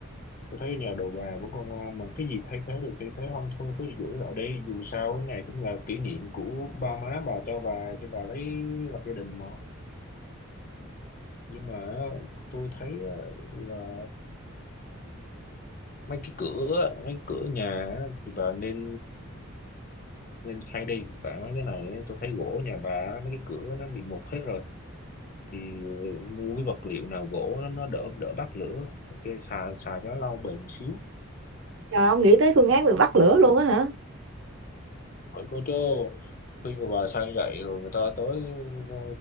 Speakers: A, on the left; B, on the right.
A: Tôi thấy nhà đồ bà vẫn còn ngon mà cái gì thay thế được thay thế không thôi cứ giữ lại đi. Dù sao cái này cũng là kỷ niệm của ba má bà cho bà cho bà lấy lập gia đình mà. Nhưng mà tôi thấy á, là mấy cái cửa á, mấy cửa nhà á, thì bà nên nên thay đi tại mấy cái này á, tôi thấy gỗ nhà bà á, mấy cái cửa nó bị mục hết rồi thì mua cái vật liệu nào gỗ nó, nó đỡ đỡ bắt lửa ok xài xài cho nó lâu bền xíu
B: Trời ông nghĩ tới phương án bị bắt lửa luôn á hả?
A: hỏi có chứ khi mà bà sang vậy rồi người ta tới ờ,